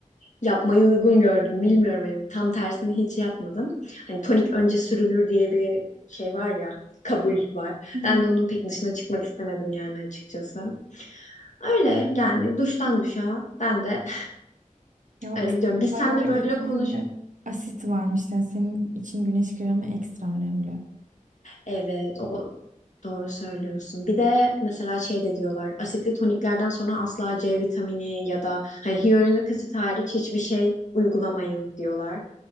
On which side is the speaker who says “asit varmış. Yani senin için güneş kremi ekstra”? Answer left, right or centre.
Right